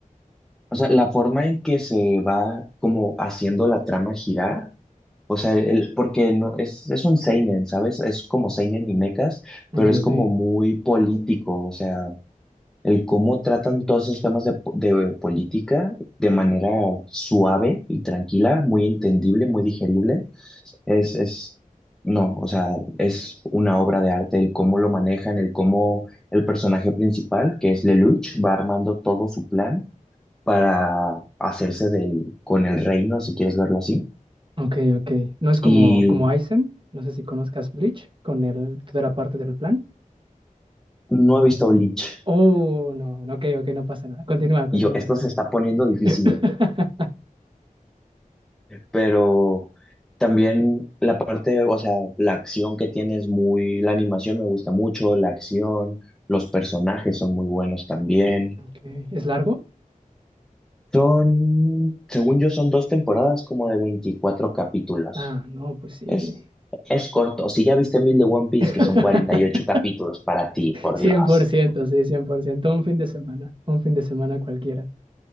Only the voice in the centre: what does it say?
O sea, la forma en que se va como haciendo la trama girar, o sea, el, porque no, es, es un seinen, ¿sabes? Es como seinen y mechas,
pero es
como muy político, o sea, el cómo tratan todos esos temas de, po- de política de manera suave y tranquila, muy entendible, muy digerible, es, es, no, o sea, es una obra de arte el cómo lo manejan, el cómo el personaje principal, que es Lelouch, va armando todo su plan para hacerse del, con el reino, si quieres verlo así.
Y
no he visto Bleach.
Y yo, esto se está poniendo difícil.
pero también la parte, o sea, la acción que tiene es muy, la animación me gusta mucho, la acción, los personajes son muy buenos también.
Son, según yo, son dos temporadas como de 24 capítulos.
Es, es corto. Si ya viste mil de One Piece,
que son 48 capítulos para ti, por
Dios.